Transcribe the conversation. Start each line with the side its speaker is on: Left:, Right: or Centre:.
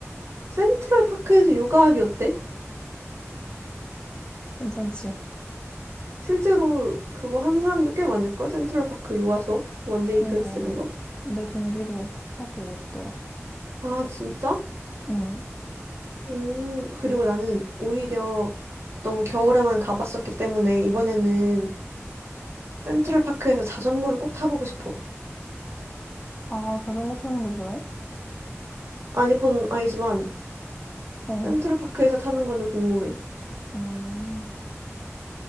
Right: 센트럴 파크에서 요가하기 어때?
Left: 괜찮지?
Right: 실제로 그거 하는 사람도 꽤 많을걸? 센트럴 파크 요가 수업? 원데이
Left: 음.
Right: 클래스 이런 거?
Left: 내 동기도 하고 왔더라.
Right: 아, 진짜?
Left: 응.
Right: 오, 그리고 나는 오히려 너무 겨울에만 가봤었기 때문에 이번에는 센트럴 파크에서 자전거를 꼭 타보고 싶어.
Left: 아, 자전거 타는 거 좋아해?
Right: 아니, 그건 아니지만
Left: 어.
Right: 센트럴 파크에서 타는 거는 궁금해.
Left: 음,